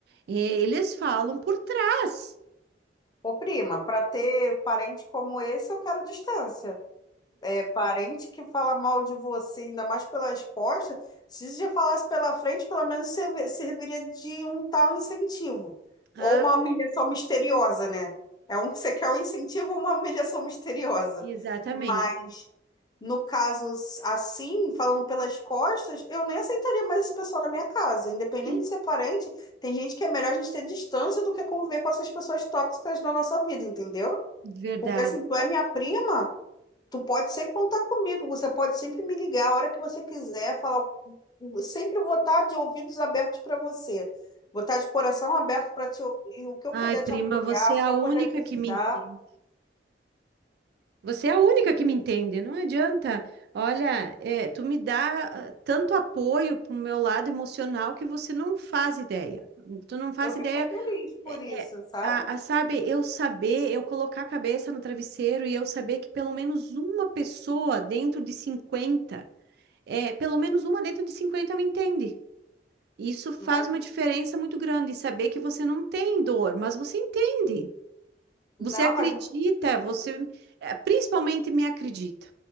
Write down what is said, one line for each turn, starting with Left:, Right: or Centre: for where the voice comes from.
Right: E- Eles falam por trás.
Left: Ô, prima, para ter parente como esse, eu quero distância. Parente que fala mal de você, ainda mais pelas costas, se você já falasse pela frente, pelo menos serve- serviria de um tal incentivo.
Right: Ah,
Left: Ou uma humilhação misteriosa, né? É um, você quer um incentivo ou uma humilhação misteriosa.
Right: exatamente.
Left: Mas, no caso assim, falando pelas costas, eu nem aceitaria mais esse pessoal na minha casa. Independente
Right: Sim,
Left: de ser parente, tem gente que é melhor a gente ter distância do que conviver com essas pessoas tóxicas na nossa vida, entendeu?
Right: verdade.
Left: Porque assim, tu é minha prima. Tu pode sempre contar comigo, você pode sempre me ligar a hora que você quiser, falar. o- Sempre vou estar de ouvidos abertos para você. Vou estar de coração aberto para te ouvir, o que eu
Right: Ai,
Left: puder
Right: prima,
Left: te apoiar,
Right: você é
Left: o
Right: a
Left: que eu
Right: única
Left: puder te ajudar.
Right: que me entende. Você é a única que me entende, não adianta. Olha, é, tu me dá ah, tanto apoio pro meu lado emocional que você não faz ideia. Tu não faz
Left: Eu fico
Right: ideia.
Left: feliz por
Right: É,
Left: isso,
Right: é,
Left: sabe?
Right: a, a, sabe, eu saber, eu colocar a cabeça no travesseiro e eu saber que pelo menos uma pessoa dentro de 50, é, pelo menos uma dentro de 50 me entende. Isso faz
Left: Mas
Right: uma diferença muito grande, saber que você não tem dor, mas você entende. Você
Left: não,
Right: acredita,
Left: mas
Right: você eh, principalmente me acredita.